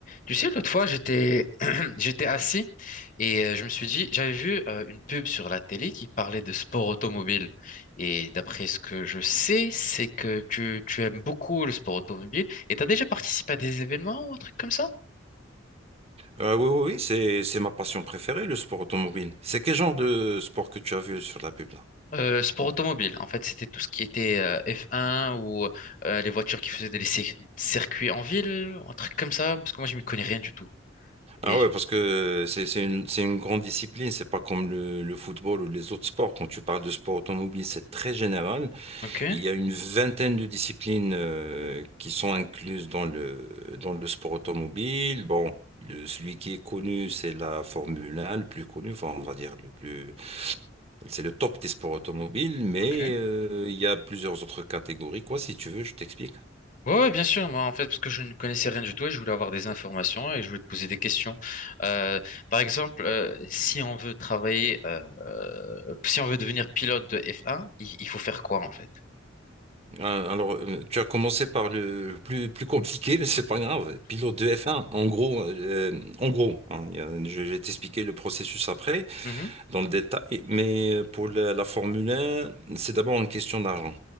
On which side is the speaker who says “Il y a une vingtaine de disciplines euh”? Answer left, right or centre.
Right